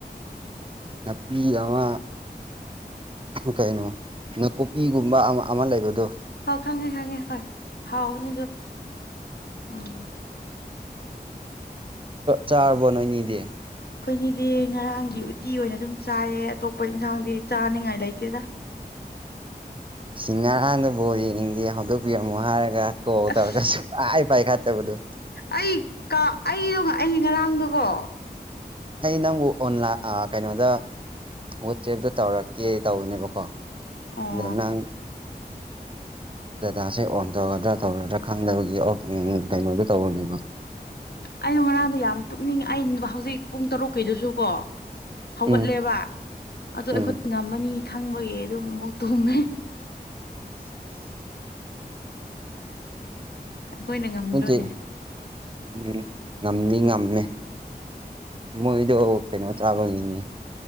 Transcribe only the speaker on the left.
ꯍꯣꯏ ꯈꯪꯉꯦ ꯈꯪꯉꯦ ꯍꯣꯏ ꯍꯥꯎꯕꯅꯤ ꯑꯗꯨ ꯎꯝ
ꯑꯩꯈꯣꯏꯅꯤꯗꯤ ꯉꯔꯥꯡꯒꯤ ꯎꯇꯤ ꯑꯣꯏꯅ ꯑꯗꯨꯝ ꯆꯥꯏꯌꯦ ꯑꯇꯣꯞꯄ ꯏꯟꯁꯥꯡꯗꯤ ꯆꯥꯅꯤꯡꯉꯥꯏ ꯂꯩꯇꯦꯗ
ꯑꯁ
ꯑꯩ ꯑꯩꯗꯣ ꯑꯩ ꯉꯔꯥꯡꯗꯣꯀꯣ
ꯑꯣ
ꯑꯩꯅ ꯉꯔꯥꯡꯗꯣ ꯌꯥꯝ ꯇꯨꯞꯅꯤꯡꯉꯦ ꯑꯩ ꯍꯧꯖꯤꯛ ꯄꯨꯡ ꯇꯔꯨꯛꯀꯤꯩꯗꯨꯁꯨ ꯀꯣ ꯍꯧꯒꯠꯂꯦꯕ
ꯑꯗꯣ
ꯑꯩꯈꯣꯏ ꯉꯝꯃꯅꯤ ꯈꯪꯕꯒꯤ ꯑꯗꯨꯝ ꯑꯃꯨꯛ ꯇꯨꯝꯃꯦ ꯑꯩꯈꯣꯏꯅ ꯉꯝꯗ꯭ꯔꯣꯅꯦ